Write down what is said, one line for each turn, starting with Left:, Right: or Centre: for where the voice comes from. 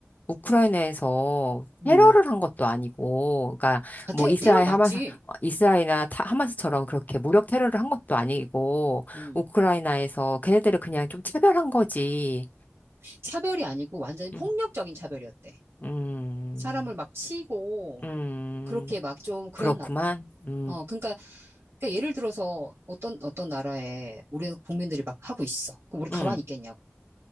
Left: 우크라이나에서
Right: 음.
Left: 테러를 한 것도 아니고, 그러니까
Right: 아,
Left: 뭐
Right: 테,
Left: 이스라엘
Right: 테러 맞지?
Left: 하마스, 어, 이스라엘이나 타- 하마스처럼 그렇게 무력 테러를 한 것도 아니고,
Right: 음.
Left: 우크라이나에서 걔네들을 그냥 좀 차별한 거지.
Right: 차별이 아니고 완전히 폭력적인
Left: 음,
Right: 차별이었대.
Left: 음,
Right: 사람을 막 치고,
Left: 음,
Right: 그렇게 막 좀 그랬나
Left: 그렇구만.
Right: 봐.
Left: 음,
Right: 어, 그러니까, 그러니까 예를 들어서 어떤, 어떤 나라에 우리 국민들이 막 하고 있어. 그럼 우리 가만히
Left: 음. 음.
Right: 있겠냐고.